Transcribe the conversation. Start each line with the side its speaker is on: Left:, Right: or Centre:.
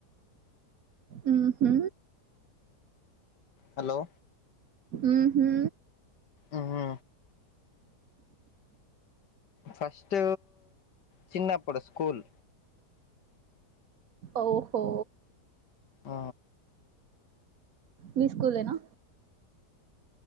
Right: ఉమ్ హ్
Left: హలో
Right: ఉమ్ హ్
Left: ఉ హు ఫస్ట్ చిన్నప్పుడు స్కూల్
Right: ఓహో
Left: ఆ
Right: మీ స్కూల్ ఏనా